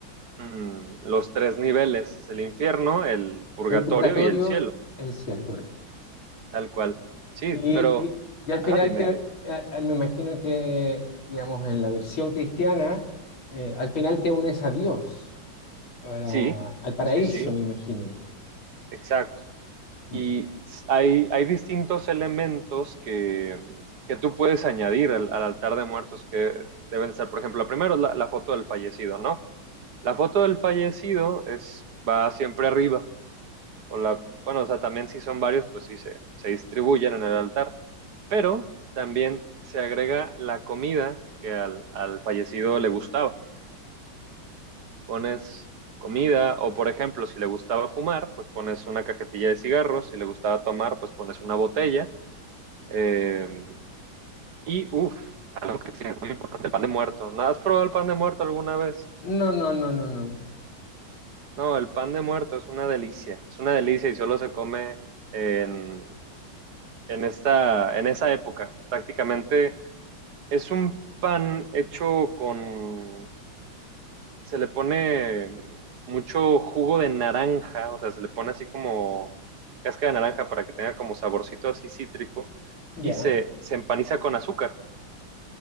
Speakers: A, on the right; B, on the left.
A: mm, los tres niveles, el infierno, el purgatorio
B: El purgatorio,
A: y el cielo,
B: el cielo, correcto.
A: tal cual. Sí,
B: Y,
A: pero,
B: y- y al final
A: ajá, dime,
B: te-
A: dime.
B: eh, eh, me imagino que, digamos, en la versión cristiana, eh, al final te unes a Dios, a la-
A: Sí,
B: al paraíso,
A: sí, sí,
B: me imagino.
A: exacto.
B: Ya.
A: Y hay, hay distintos elementos que, que tú puedes añadir al, al altar de muertos que deben estar, por ejemplo, primero la, la foto del fallecido, ¿no? La foto del fallecido es, va siempre arriba. O la, bueno, o sea, también si son varios, pues sí se, se distribuyen en el altar. Pero también se agrega la comida que al, al fallecido le gustaba. Pones comida o, por ejemplo, si le gustaba fumar, pues pones una cajetilla de cigarros. Si le gustaba tomar, pues pones una botella. Eh, y, uff, algo que sí es muy importante, el pan de muerto. ¿No ¿Has probado el pan de muerto alguna vez?
B: No, no, no, no, no.
A: No, el pan de muerto es una delicia, es una delicia y solo se come en, en esta, en esa época. Prácticamente es un pan hecho con, se le pone mucho jugo de naranja, o sea, se le pone así como cáscara de naranja para que tenga como saborcito así cítrico
B: Ya,
A: y se, se empaniza con azúcar.